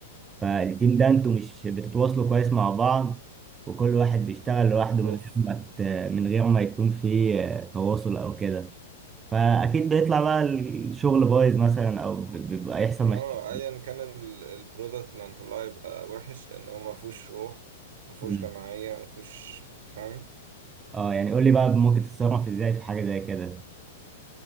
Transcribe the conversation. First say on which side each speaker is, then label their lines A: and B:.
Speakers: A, on the right; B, on the right.
A: فالتيم ده انتوا مش بتتواصلوا كويس مع بعض وكل واحد بيشتغل لوحده
B: اوف
A: من غير ما ت- من غير ما يكون في آه، تواصل او كده فاكيد بيطلع بقى الشغل بايظ مثلا او ب- بيبقى يحصل
B: اه
A: مشاكل
B: ايا كان ال- البرودكت اللي هنطلعه يبقى وحش لان هو ما فيهوش روح ما فيهوش
A: مم.
B: جماعيه ما فيهوش فاهم
A: اه يعني قول لي بقى ممكن تتصرف ازاي في حاجة زي كده